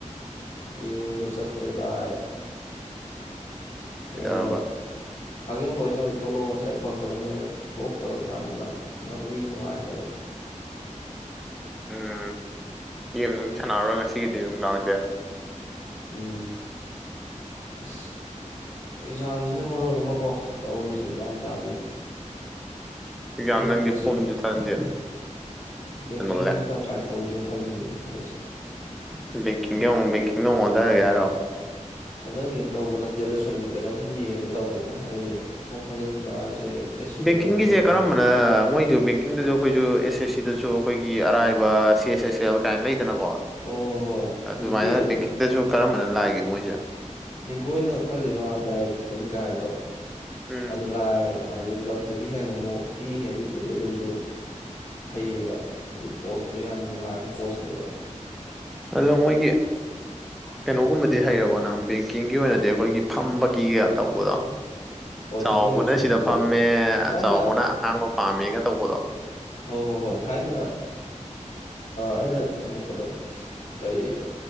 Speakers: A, on the left (about 65°); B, in the centre.
A: ꯌꯦꯡꯕ ꯆꯠꯇ꯭ꯔꯦ ꯚꯥꯏ
B: ꯀꯩꯗꯧꯔꯕ
A: ꯑꯩꯗꯣ ꯈꯥꯒꯦꯝꯕ ꯑꯣꯏꯅꯕꯨ ꯊꯣꯛꯂꯛꯑꯣ ꯉꯁꯥꯏ ꯐꯣꯟ ꯇꯧꯔꯃꯦꯅ ꯊꯣꯛꯇ꯭ꯔꯕ ꯇꯟꯗꯅ ꯉꯛꯂꯤ ꯅꯨꯡꯉꯥꯏꯇꯕ
B: ꯎꯝ ꯒꯦꯝ ꯅꯨꯡ ꯁꯥꯟꯅꯔꯔꯣꯏ ꯉꯁꯤꯒꯤꯗꯤ ꯑꯗꯨꯝ ꯂꯥꯡꯗꯦ
A: ꯎꯝ ꯑ ꯑꯦꯛꯖꯥꯝꯁꯤꯅ ꯃꯔꯣꯟ ꯑꯃꯀꯣ ꯇꯧꯔꯤꯁꯦ ꯒ꯭ꯌꯥꯟ ꯇꯥꯗꯦ
B: ꯑꯦꯛꯖꯥꯝ
A: ꯑꯩꯁꯦ
B: ꯅꯪꯒꯤ
A: ꯍꯟꯗꯛꯁꯦ
B: ꯐꯣꯝꯁꯨ ꯊꯥꯖꯤꯟꯗꯦ
A: ꯕꯦꯡꯀꯤꯡꯒꯤ
B: ꯍꯦꯟꯃꯜꯂꯦ
A: ꯈꯔ ꯇ꯭ꯔꯥꯏ ꯇꯧꯖꯒ ꯈꯂꯤꯅꯤꯅꯦ ꯍꯟꯊꯁꯦ
B: ꯦꯡꯀꯤꯡ ꯕꯦꯡꯀꯤꯡꯗ ꯍꯣꯡꯉꯣꯗꯔꯒꯦꯔꯣ
A: ꯍꯟꯗꯛꯀꯤꯅ ꯇꯧꯕ ꯅꯠꯇꯦꯗ ꯁꯨꯝ ꯀꯩꯅꯣꯝ ꯁꯨꯝ ꯌꯦꯡꯒꯦ ꯇꯧꯕꯅꯤꯗ ꯑꯩ ꯐꯣꯝ ꯊꯥꯖꯤꯟꯕ ꯍꯥꯏꯁꯦ ꯑꯦꯁ ꯁꯤꯗ
B: ꯕꯦꯡꯀꯤꯡꯒꯤꯁꯦ
A: ꯇꯧꯔ ꯊꯥꯖꯤꯟꯗꯣꯏꯅꯦꯕ
B: ꯀꯔꯝꯕꯅ ꯃꯣꯏꯁꯨ ꯕꯦꯡꯀꯤꯡꯗꯁꯨ ꯑꯩꯈꯣꯏꯁꯨ ꯑꯦꯁ ꯑꯦꯁ ꯁꯤꯗꯁꯨ ꯑꯩꯈꯣꯏꯒꯤ ꯑꯔꯥꯏꯕ ꯑꯁꯤꯦꯦ ꯀꯥꯏꯅ ꯂꯩꯗꯅꯀꯣ
A: ꯑꯣ ꯍꯣꯏ ꯍꯣꯏ
B: ꯑꯗꯨꯃꯥꯏꯅ
A: ꯍꯧꯖꯤꯛꯀꯤ
B: ꯕꯦꯡꯀꯤꯛꯇꯁꯨ ꯀꯔꯝꯕꯅ ꯂꯥꯏꯒꯦ ꯃꯣꯏꯁꯦ
A: ꯂꯤꯡꯀꯣꯏꯅꯒ ꯈꯜꯂꯤꯕ ꯑꯥꯔꯚꯇꯤꯗꯟ ꯀꯥꯏꯗꯣ
B: ꯎꯝ
A: ꯑꯗꯨ ꯂꯥꯛꯑꯦꯕ ꯍꯥꯏꯗꯤ ꯀ꯭ꯂꯞꯇꯒꯤ ꯍꯦꯟꯅ ꯑꯃꯨꯛ ꯄꯤꯛꯅꯦꯕ ꯄꯤꯛꯄꯗꯤ ꯑꯗꯨꯁꯨ ꯐꯩꯌꯦꯕ ꯍꯥꯏꯗꯤ ꯄꯣꯁꯇꯨ ꯌꯥꯝ ꯅꯨꯡꯉꯥꯏꯕ ꯄꯣꯁꯅꯦꯕ
B: ꯑꯗꯨꯒ ꯃꯣꯏꯒꯤ ꯀꯩꯅꯣꯒꯨꯝꯕꯗꯤ ꯍꯩꯔꯕꯣ ꯅꯪ ꯕꯦꯡꯀꯤꯡꯒꯤ ꯑꯣꯏꯅꯗꯤ ꯑꯩꯈꯣꯏꯒꯤ ꯐꯝꯕꯒꯤꯒ ꯇꯧꯕꯗꯣ
A: ꯍꯣꯏ
B: ꯆꯥꯎꯕꯅ
A: ꯁꯤꯇꯤꯡ ꯑꯦꯔꯦꯟꯖꯃꯦꯟꯗꯨꯗꯤ
B: ꯁꯤꯗ ꯐꯝꯃꯦ
A: ꯊꯥꯏꯅ
B: ꯆꯥꯎꯕꯅ ꯑꯉꯥꯡꯕ ꯄꯥꯝꯃꯦꯒ ꯇꯧꯕꯗꯣ
A: ꯍꯣꯏ ꯍꯣꯏ ꯍꯣꯏ ꯊꯥꯏꯅ ꯑꯩꯅ ꯇꯝꯃꯛꯄꯗꯣ ꯀꯩꯕ